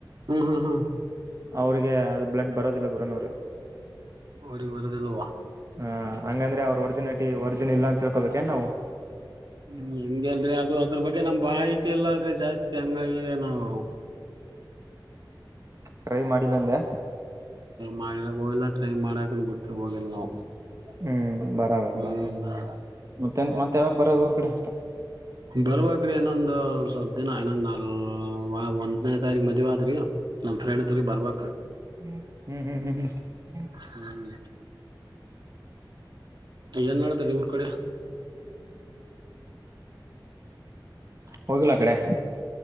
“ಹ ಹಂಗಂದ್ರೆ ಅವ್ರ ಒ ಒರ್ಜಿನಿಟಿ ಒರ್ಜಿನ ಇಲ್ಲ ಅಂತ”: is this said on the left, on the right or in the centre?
Right